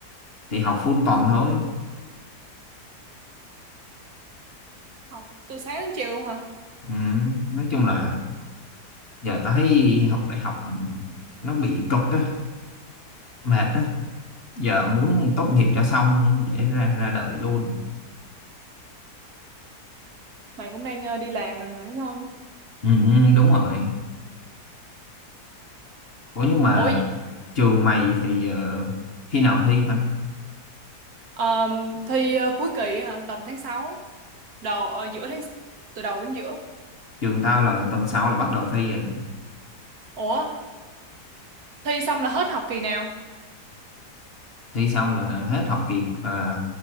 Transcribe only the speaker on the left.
thì học full tuần thôi
ừ, nói chung là giờ tao thấy học đại học nó bị cực á mệt á giờ muốn tốt nghiệp cho xong để ra ra đời luôn
ừ, đúng rồi ủa nhưng mà
trường mày thì ờ, khi nào thi anh
trường tao là tuần sau là bắt đầu thi rồi nè
thi xong là hết học kỳ ờ,